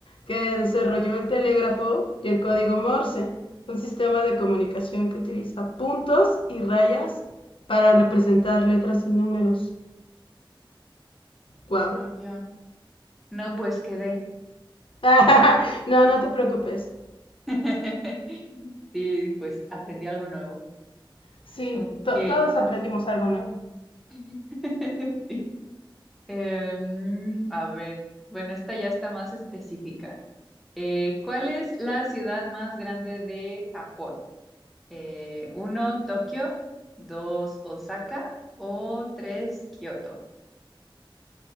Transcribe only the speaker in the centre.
Ah,
no, yo. No, pues quedé.
<laughs> Sí, pues aprendí algo nuevo.
Ok.
<laughs> Em, a ver, bueno, esta ya está más específica. Eh, ¿cuál es la ciudad más grande de Japón? Eh, uno, Tokio, dos, Osaka o tres, Kioto.